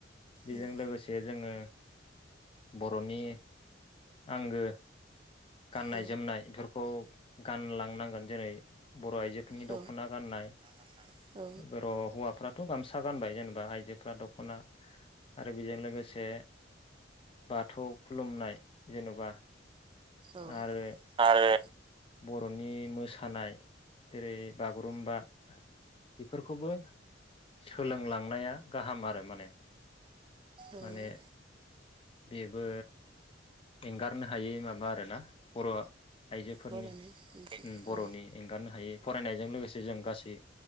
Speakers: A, on the left; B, on the right.
A: बेजों
B: उम
A: लोगोसे जोङो बर'नि आंगो गाननाय
B: औ
A: जोमनाय इफोरखौ गानलांनांगोन जेरै बर' आइजोफोरनि
B: औ
A: दख'ना गाननाय
B: औ औ
A: बर'हौवाफ्रा थ' गामसा गानबाय जेनेबा आइजोफ्रा दख'ना आरो बेजों लोगोसे बाथौ खुलुमनाय जेनबा
B: औ
A: आरो
B: आरो
A: बर'नि मोसानाय जेरै बागुरुम्बा बेफोरखौबो सोलोंलांनाया गाहाम आरो माने
B: उम
A: माने बेबो हेंगाद हायै माबा आरो ना बर' आइजोफोरनि
B: बर'नि मोनसे
A: उम बर'नि
B: औ
A: एंगारनो हायै फरायनायजों लोगोसे जों गासै